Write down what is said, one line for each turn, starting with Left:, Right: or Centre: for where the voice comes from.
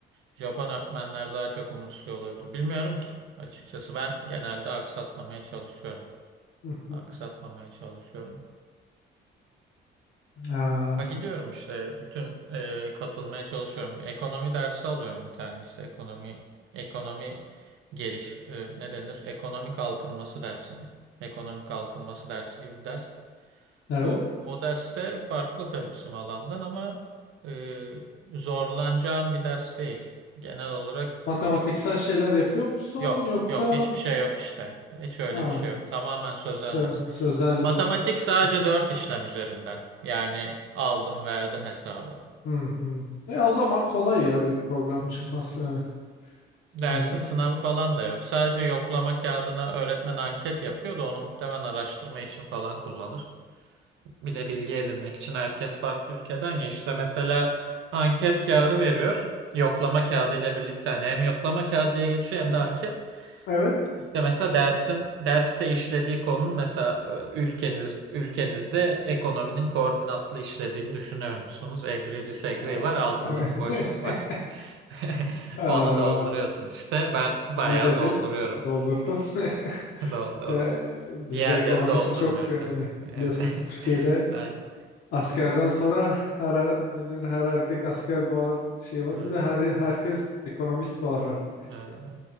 Right: Japon öğretmenler daha çok umursuyor olabilir. Bilmiyorum ki açıkçası ben genelde aksatmamaya çalışıyorum.
Left: Hı, hı.
Right: Aksatmamaya çalışıyorum.
Left: Aa,
Right: Bak gidiyorum işte bütün e, katılmaya çalışıyorum. Ekonomi dersi alıyorum bir tane işte ekonomi ekonomi geliş e, ne denir? Ekonomi kalkınması dersi mi? Ekonomi kalkınması dersi gibi bir ders.
Left: evet.
Right: O, o derste farklı tabii bizim alandan ama e, zorlanacağım bir ders değil. Genel olarak
Left: Matematiksel şeyler yapıyor musun
Right: yok,
Left: yoksa
Right: yok hiçbir şey yok işte. Hiç öyle
Left: ha,
Right: bir şey yok. Tamamen sözel
Left: ya,
Right: ders.
Left: sözel
Right: Matematik
Left: ma-
Right: sadece
Left: şey.
Right: dört işlem üzerinden. Yani aldım verdim hesabı.
Left: Hı hı. E, o zaman kolay ya bir problem
Right: Hı
Left: çıkması.
Right: hı.
Left: Evet.
Right: Dersin
Left: Hani
Right: sınavı falan da yok. Sadece yoklama kağıdına öğretmen anket yapıyor da onu muhtemelen araştırma için falan kullanır. Bir de bilgi edinmek için herkes farklı ülkeden ya işte mesela anket kağıdı veriyor. Yoklama kağıdı ile birlikte hani hem yoklama kağıdı diye geçiyor hem de anket.
Left: evet.
Right: İşte mesela dersin derste işlediği konunun mesela e, ülkeniz ülkenizde ekonominin koordinatlı işlediğini düşünüyor musunuz? Agree
Left: <laughs>
Right: disagree var altında da boşluk var. <laughs>
Left: Aa,
Right: Onu dolduruyorsun işte. Ben bayağı
Left: ne dedin?
Right: dolduruyorum.
Left: Doldurdun. <laughs>
Right: <laughs> Doldurdum.
Left: Ee, bizde
Right: Diğerleri
Left: ekonomist
Right: doldurmuyor
Left: çok yani
Right: tabii. Evet.
Left: biliyorsun Türkiye'de
Right: <laughs> Aynen.
Left: askerden sonra her er, ne denir, her erkek asker doğar şey var.
Right: Ha,
Left: Bir de her herkes ekonomist doğar artık.
Right: ha.